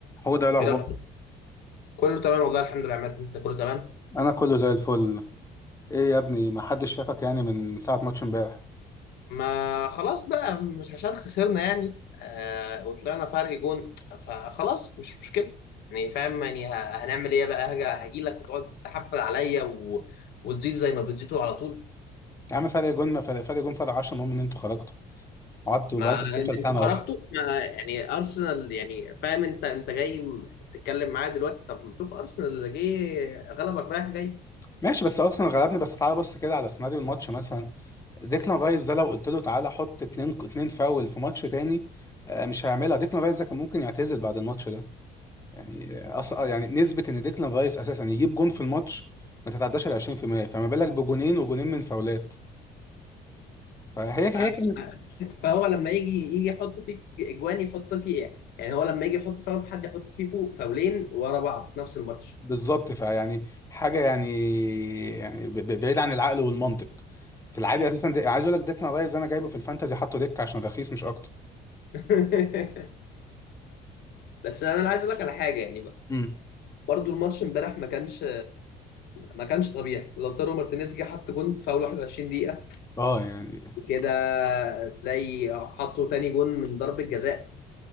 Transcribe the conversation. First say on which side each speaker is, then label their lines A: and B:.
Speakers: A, on the left (about 20°); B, on the left (about 70°).
A: هو ده الاخبار
B: ايه رأيك؟ كله تمام والله الحمد لله يا عماد انت كله تمام
A: انا كله زي الفل ايه يا ابني ما حدش شافك يعني من من ساعه ماتش امبارح
B: ما خلاص بقى مش عشان خسرنا يعني آه وطلعنا فرق جون فخلاص مش مشكلة يعني فاهم يعني ه- هنعمل ايه بقى هاجي هاجي لك وتقعد تحفل عليا و... وتزيد زي ما بتزيدوا على طول
A: يا عم فرق جون ما فرق فرق جون فرق 10 المهم ان انتوا خرجتوا قعدتوا
B: ما
A: بقالكم 12
B: انت- انتوا
A: سنه
B: خرجتوا
A: اهو
B: ما يعني ارسنال يعني فاهم انت انت جاي م- تتكلم معايا دلوقتي طب شوف ارسنال اللي جه غلبك رايح جاي
A: ماشي بس ارسنال غلبني بس تعالى بص كده على سيناريو الماتش مثلا ديكلان رايس ده لو قلت له تعالى حط اتنين اتنين فاول في ماتش تاني آه، مش هيعملها ديكلان رايس ده كان ممكن يعتزل بعد الماتش ده يعني آه، اصلا آه، يعني نسبه ان ديكلان رايس اساسا يجيب جون في الماتش ما تتعداش ال 20% فما بالك بجونين وجونين من فاولات فهي هي
B: آه،
A: كانت
B: فهو لما يجي يجي يحط فيك اجوان يحط فيه ايه يعني هو لما يجي يحط فعلا في حد يحط فيكو فاولين ورا بعض في نفس الماتش
A: بالظبط فيعني حاجه يعني يعني ب- ب- بعيد عن العقل والمنطق في العادي اساسا ده عايز اقول لك ديك رايز انا جايبه في الفانتازي حاطه ديك عشان رخيص مش اكتر
B: <laughs> بس انا عايز اقول لك على حاجه يعني بقى.
A: امم
B: برضو الماتش امبارح ما كانش ما كانش طبيعي لوتارو مارتينيز جه حط جون في اول 21 دقيقه
A: اه يعني
B: كده تلاقي حطوا تاني جون من ضربه جزاء